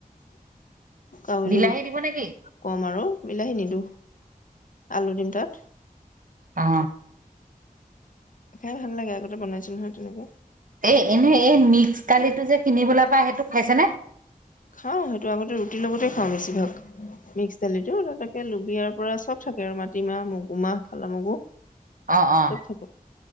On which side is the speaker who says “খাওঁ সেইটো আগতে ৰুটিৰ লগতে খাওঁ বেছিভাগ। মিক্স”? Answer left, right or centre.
Left